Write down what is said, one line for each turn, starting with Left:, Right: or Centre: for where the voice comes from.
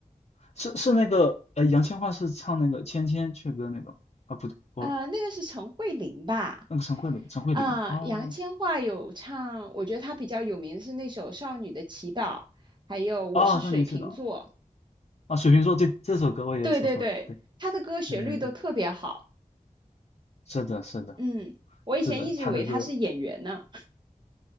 Left: 是是那个呃，杨千嬅是唱那个《千千阙歌》那个啊，不我
Right: <laughs> 呃，那个是陈慧琳吧？
Left: 那个陈慧琳，陈慧琳啊
Right: 啊、杨千嬅有唱，我觉得她比较有名的是那首《少女的祈祷》，还有《我是水瓶座》
Left: 啊，少年气的啊，水瓶座对这首歌我也收藏，
Right: 对对对，
Left: 对
Right: 他的歌旋律都特别好。
Left: 对对对，是的是的
Right: 嗯，我以前一直以为他是演员呢。
Left: 是的，他的歌